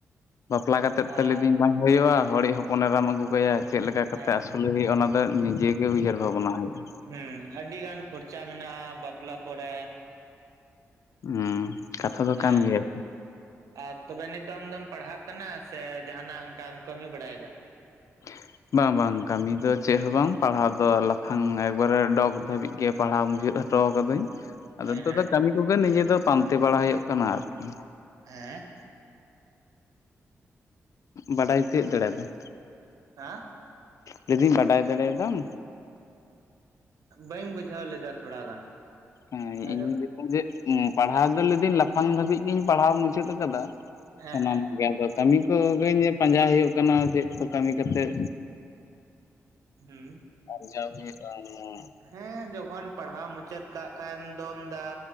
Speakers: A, on the left; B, on the right.
A: ᱵᱟᱯᱞᱟ ᱠᱟᱛᱮᱫ ᱛᱚ
B: ᱟᱨ
A: ᱞᱟᱹᱭ ᱫᱤᱧ ᱵᱟᱝ ᱦᱩᱭᱩᱜᱼᱟ, ᱦᱚᱲᱤᱡ ᱦᱚᱯᱚᱱ ᱮᱨᱟᱢ ᱟᱹᱜᱩ ᱠᱟᱭᱟ ᱪᱮᱫ ᱞᱮᱠᱟ ᱠᱟᱛᱮ
B: ᱦᱮᱸ
A: ᱟᱹᱥᱩᱞᱮ
B: ᱚᱱ
A: ᱦᱩᱭᱩᱜᱼᱟ ᱚᱱᱟ ᱫᱚ ᱱᱤᱡᱮ ᱜᱮ ᱩᱭᱦᱟᱹᱨ ᱵᱷᱟᱵᱱᱟ ᱦᱩᱭᱩᱜᱼᱟ᱾
B: ᱦᱩᱸ ᱟᱹᱰᱤ ᱜᱟᱱ ᱠᱷᱚᱨᱪᱟ ᱢᱮᱱᱟᱜᱼᱟ ᱵᱟᱯᱞᱟ ᱯᱚᱨᱮ᱾
A: ᱦᱩᱸ ᱠᱟᱛᱷᱟ ᱫᱚ
B: ᱦᱮᱸ
A: ᱠᱟᱱ ᱜᱮᱭᱟ
B: ᱟᱨ ᱛᱚᱵᱮ ᱱᱤᱛ ᱫᱚ ᱟᱢ ᱫᱚᱢ ᱯᱟᱲᱦᱟᱜ ᱠᱟᱱᱟ ᱥᱮ ᱡᱟᱦᱟᱱᱟᱜ ᱚᱱᱠᱟᱢ ᱠᱟᱹᱢᱤ ᱵᱟᱲᱟᱭᱮᱫᱟ?
A: <inaudible> ᱵᱟ ᱵᱟᱝ ᱠᱟᱹᱢᱤ ᱫᱚ ᱪᱮᱜ ᱦᱚᱸ ᱵᱟᱝ ᱯᱟᱲᱦᱟᱣ ᱫᱚ ᱞᱟᱯᱷᱟᱝ ᱮᱠᱵᱟᱨᱮ ᱰᱚᱜ ᱫᱷᱟᱹᱵᱤᱡ ᱜᱮ ᱯᱟᱲᱦᱟᱣ ᱢᱩᱪᱟᱹᱫ ᱴᱚᱣ ᱠᱟᱹᱫᱟᱹᱧ ᱟᱫᱚ
B: ᱦᱮᱸ
A: ᱱᱤᱛᱚᱜ
B: ᱦᱮᱸ
A: ᱫᱚ ᱠᱟᱹᱢᱤ ᱠᱚᱜᱮ ᱱᱤᱡᱮ ᱫᱚ ᱯᱟᱱᱛᱮ ᱵᱟᱲᱟ ᱦᱩᱭᱩᱜ ᱠᱟᱱᱟ ᱟᱨᱠᱤ᱾
B: ᱦᱮᱸ
A: ᱵᱟᱰᱟᱭ ᱛᱤᱭᱟᱹᱜ ᱫᱟᱲᱮᱭᱫᱟᱢ
B: ᱦᱟᱸ
A: ᱞᱟᱹᱭᱫᱟᱹᱧ ᱵᱟᱰᱟᱭ ᱫᱟᱲᱮᱭᱫᱟᱢ?
B: ᱵᱟᱹᱧ ᱵᱩᱡᱷᱟᱹᱣ ᱞᱮᱫᱟ ᱛᱷᱚᱲᱟ ᱜᱟᱱ
A: ᱦᱮᱸ
B: ᱟᱫᱚ
A: ᱤᱧ ᱞᱟᱹᱭᱫᱟ ᱡᱮ ᱯᱟᱲᱦᱟᱣ ᱫᱚ ᱞᱟᱹᱭᱫᱟᱹᱧ ᱞᱟᱯᱷᱟᱝ ᱫᱷᱟᱹᱵᱤᱡ ᱜᱤᱧ ᱯᱟᱲᱦᱟᱣ ᱢᱩᱪᱟᱹᱫ ᱠᱟᱫᱟ᱾
B: ᱦᱮᱸ
A: ᱥᱟᱱᱟᱢᱟᱜ
B: ᱦᱮᱸ
A: ᱜᱮ ᱟᱫᱚ ᱠᱟᱹᱢᱤ ᱠᱚ ᱜᱮ ᱯᱟᱸᱡᱟ ᱦᱩᱭᱩᱜ ᱠᱟᱱᱟ ᱪᱮᱫ ᱠᱚ ᱠᱟᱹᱢᱤ ᱠᱟᱛᱮᱫ
B: ᱦᱩᱸ
A: ᱟᱨ ᱡᱟᱣ ᱦᱩᱭᱩᱜ-ᱟ ᱱᱳᱣᱟ
B: ᱦᱮᱸ ᱡᱚᱠᱷᱚᱱ ᱯᱟᱲᱦᱟᱣ ᱢᱩᱪᱟᱹᱫ ᱠᱟᱜ ᱠᱷᱟᱱ ᱫᱚᱢ ᱫᱟ